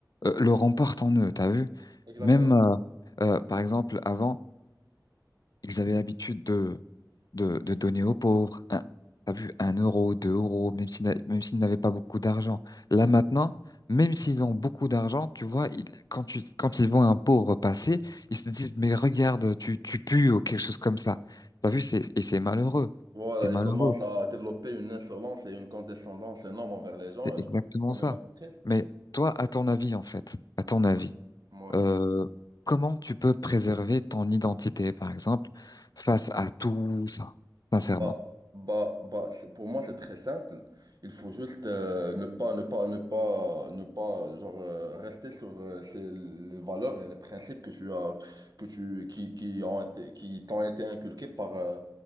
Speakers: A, on the left; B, on the right.
A: euh, le remporte en eux. T'as vu?
B: Exactement.
A: Même euh, euh, par exemple avant. Ils avaient l'habitude de, de, de donner aux pauvres, un, t'as vu, un euro, deux euros, même s'ils n'a- même s'ils n'avaient pas beaucoup d'argent. Là maintenant, même s'ils ont beaucoup d'argent, tu vois, ils, quand tu, quand ils voient un pauvre passer, ils se disent, mais regarde, tu, tu pues ou quelque chose comme ça. T'as vu, c'est, et c'est malheureux.
B: Voilà,
A: C'est malheureux.
B: il commence à développer une insolence et une condescendance énorme envers les gens,
A: C'est
B: et
A: exactement
B: je trouve que c'est quand même
A: ça.
B: un peu triste.
A: Mais toi, à ton avis, en fait, à ton
B: Ouais.
A: avis,
B: Ouais.
A: euh, comment tu peux préserver ton identité, par exemple, face à tout ça, sincèrement?
B: Bah, bah, bah, c'est- pour moi, c'est très simple. Il faut juste euh, ne pas, ne pas, ne pas, ne pas, genre, euh, rester sur euh, ces- les valeurs et les principes que tu as, que tu, qui, qui ont été, qui t'ont été inculqués par, euh,